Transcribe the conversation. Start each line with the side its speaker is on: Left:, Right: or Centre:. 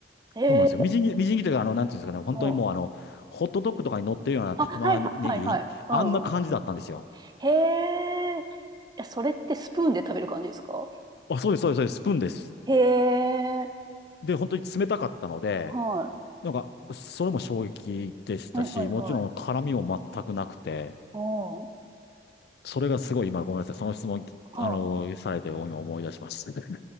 Right: へえ、
Left: そうなんですよ。みじん切り、みじん切りというか、あの、なんていうんですかね、本当にもうあの、
Right: うん。
Left: ホットドッグとかに乗ってるような玉ねぎ、
Right: あ、はいはいはいはい。うんうん。
Left: あんな感じだったんですよ。
Right: へえ、えそれってスプーンで食べる感じですか
Left: あ、そうです、そうです、そうです、スプーンです。
Right: へえ、
Left: で、本当に冷たかったので、
Right: はい。
Left: なんか、それも衝撃でしたし、
Right: はいはいはい。
Left: もちろん絡みも全くなくて、
Right: おう
Left: それがすごい今ごめんなさい。その質問、
Right: はあ、
Left: あの、されて今思い出しました。<laughs>